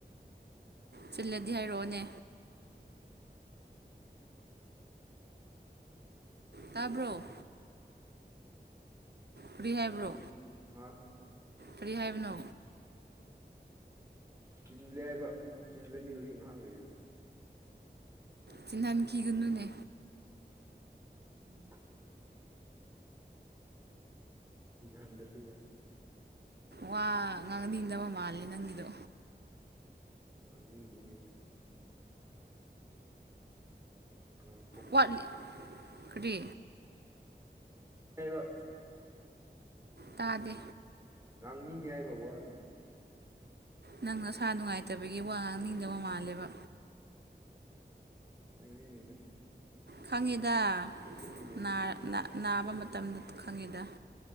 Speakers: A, on the right; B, on the right.
A: ꯆꯤꯜꯂꯗꯤ ꯍꯥꯏꯔꯛꯑꯣꯅꯦ ꯇꯥꯕ꯭ꯔꯣ
B: ꯑꯣꯀꯦ
A: ꯀꯔꯤ
B: ꯑꯣ
A: ꯍꯥꯏꯕ꯭ꯔꯣ
B: ꯑꯗꯨꯗꯤ ꯍꯥꯥ
A: ꯀꯔꯤ ꯍꯥꯏꯕꯅꯣ
B: ꯆꯤꯜꯂꯦ ꯍꯥꯏꯕ ꯆꯤꯜꯂꯅꯤ ꯍꯧꯖꯤꯛ ꯉꯥꯏꯍꯥꯛ ꯂꯩꯔꯗꯤ
A: ꯆꯤꯟꯍꯟꯈꯤꯒꯅꯨꯅꯦ
B: ꯎꯝ ꯆꯤꯟꯍꯟꯗꯁꯨ ꯌꯥꯏ
A: ꯋꯥ ꯉꯥꯡꯅꯤꯡꯗꯕ ꯃꯥꯜꯂꯦ ꯅꯪꯒꯤꯗꯣ
B: ꯉꯥꯡꯅꯤꯡꯕꯅꯦ ꯑꯪ
A: ꯋꯥꯠꯂꯤ ꯀꯔꯤ
B: ꯑꯥꯏꯕ
A: ꯇꯥꯗꯦ
B: ꯉꯥꯡꯅꯤꯡꯉꯦ ꯍꯥꯏꯕ ꯋꯥꯗꯣ
A: ꯅꯪ ꯅꯁꯥ ꯅꯨꯡꯉꯥꯏꯇꯕꯒꯤ ꯋꯥ ꯉꯥꯡꯅꯤꯡꯗꯕ ꯃꯥꯜꯂꯦꯕ
B: ꯉꯥꯡꯅꯤꯡꯅꯤꯗ
A: ꯈꯪꯉꯤꯗ
B: ꯇꯨꯝꯕꯩꯅꯤ
A: ꯅꯥꯔ ꯅꯥ ꯅꯕ ꯃꯇꯝꯗ ꯈꯪꯉꯤꯗ